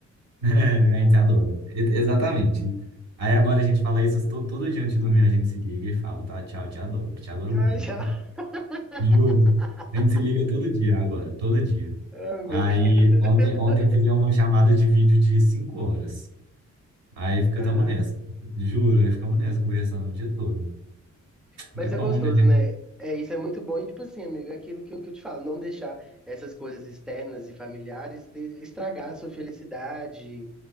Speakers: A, on the right; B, in the centre.
A: É, a gente adora. E- Exatamente. Aí agora a gente fala isso todo, todo dia antes de dormir, a gente se liga e fala, tá, tchau, te adoro, te adoro
B: <laughs>
A: muito.
B: Ai, já.
A: <laughs>
B: <laughs>
A: Juro. A gente se liga todo dia agora, todo dia.
B: Ah, meu
A: Aí
B: Deus. <laughs>
A: ontem, ontem fizemos uma chamada de vídeo de cinco horas. Aí ficamos
B: Caralho.
A: nessa. Juro, aí ficamos nessa, conversando o dia todo.
B: Mas
A: É bom,
B: é gostoso,
A: né?
B: né? É, isso é muito bom. E, tipo assim, amigo, é aquilo que eu, que eu te falo, não deixar essas coisas externas e familiares de- estragar a sua felicidade,